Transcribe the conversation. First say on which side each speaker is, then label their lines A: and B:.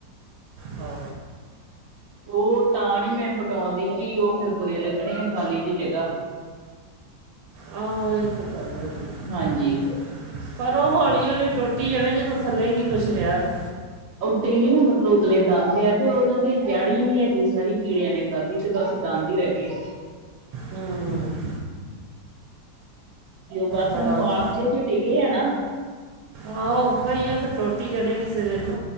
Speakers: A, on the right; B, on the right.
A: ਹਾਂ
B: ਉਹ ਤਾਂ ਨਹੀਂ ਮੈਂ ਪਟਾਉਂਦੀ ਸੀ ਉਹ ਫੇਰ ਬੁਰੇ ਲੱਗਣੇ ਆ ਖਾਲੀ ਜਿ ਜਗ੍ਹਾ।
A: ਆਹੋ ਇਹ ਤੇ ਗੱਲ ਹੈਗੀ
B: ਹਾਂਜੀ
A: <unintelligible> ਪਰ ਉਹ ਹੌਲੀ ਹੌਲੀ ਟੁੱਟ। ਟੁੱਟੀ ਜਣੇ ਜੇ ਥੱਲੇ ਹੀ ਨਹੀਂ ਕੁਛ ਰਿਹਾ‌‌ ਤੇ।
B: ਤੇ ਨੀ ਨਾ ਮਤਲਬ ਉਤਲੇ ਦੰਦ ਆ ਤੇ ਉਹਨਾਂ ਦੇ। ਜੜ ਹੀ ਨੀ ਹੈਗੀ ਸਾਰੀ ਕੀੜਿਆਂ ਨੇ ਖਾਧੀ ਤੇ ਬਸ ਦੰਦ ਹੀ ਰਹਿ ਗਏ ਆ।
A: ਹਮਮ <inaudible>
B: ਬਸ
A: ਬੜਾ
B: ਹੁਣ ਮਾਸ
A: ਔਖਾ
B: ਜੇ ਚ ਟਿੱਕੇ ਆ ਨਾ।
A: ਆਹੋ ਔਖਾ ਆ ਫਿਰ ਟੂਟ‌‌ ਹੀ ਜਾਣੇ ਕਿਸੇ ਦਿਨ।